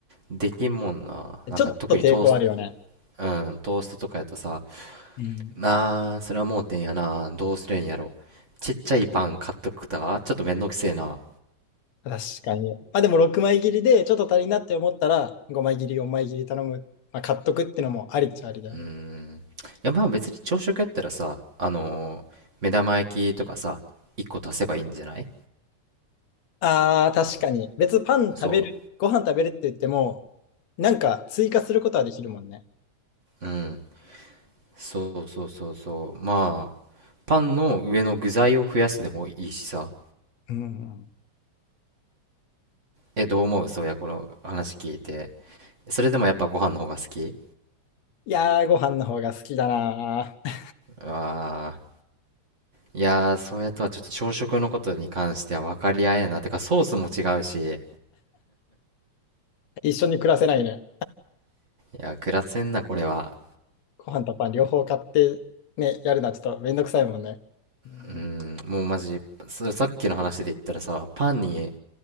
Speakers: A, on the right (about 30°); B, on the left (about 65°).
A: できんもんな。なんか特にトース、
B: ちょっと抵抗あるよね。
A: うん、トーストとかやとさ、
B: うん。
A: なあー、それは盲点やな。どうすりゃいいんやろ。ちっちゃいパン買っとくとか、ちょっとめんどくせえな。
B: 確かに。まあでも6枚切りでちょっと足りんなって思ったら5枚切り、4枚切り頼む。まあ買っとくってのもありっちゃありだよ。
A: うーん。いや、まあ別に朝食やったらさ、あのー目玉焼きとかさ、1個足せばいいんじゃない
B: ああ、確かに。
A: まだ、
B: 別にパン食べる、
A: そ
B: ご飯食べるって言っても、なんか追加することはできるもんね。
A: う。うん。そうそうそうそう。まあ、パンの上の具材を増やすでもいいしさ。
B: うんうん。
A: え、どう思うそういや、この話聞いて。それでもやっぱご飯の方が好き
B: いやー、ご飯の方が好きだなー。
A: ああー。いやー、そうやとはちょっと朝食のことに関しては分かり合えんな。てか、ソースも違うし、
B: <laughs> 一緒に暮らせないね。
A: いや、暮らせんな、これは。
B: ご飯とパン両方買ってね、やるのはちょっとめんどくさいもんね。うん
A: うん、もうマジ、そさっきの話で言ったらさ、パンに、